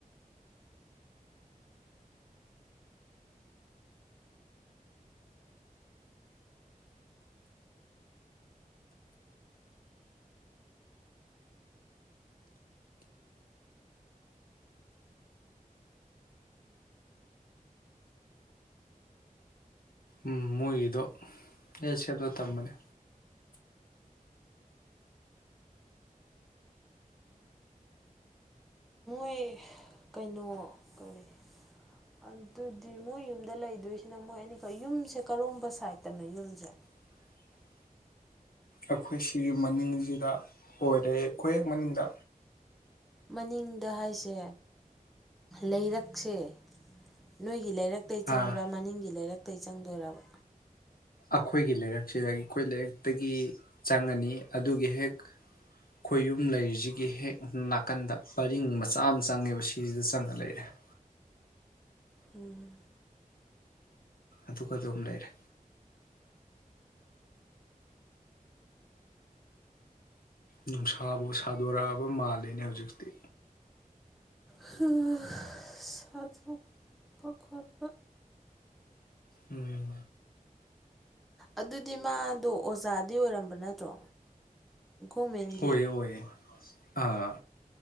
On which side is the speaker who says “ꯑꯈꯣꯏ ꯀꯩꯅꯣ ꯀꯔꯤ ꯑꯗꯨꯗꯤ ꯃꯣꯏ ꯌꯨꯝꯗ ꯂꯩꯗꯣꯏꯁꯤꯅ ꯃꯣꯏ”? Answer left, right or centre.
Centre